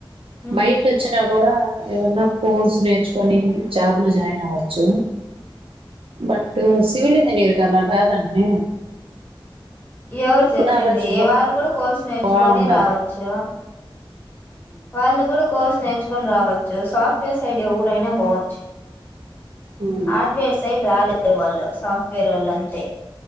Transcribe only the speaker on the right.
బైట చ్చ అయినా కూడా ఏదన్నా కోర్సు నేర్చుకొని జాబ్లో జాయిన్ అవ్వచ్చు. బట్ సివిల్ ఇంజనీర్ అలా కాదంట్నె
నాలెడ్జ్
బాగుండాలి
ఉమ్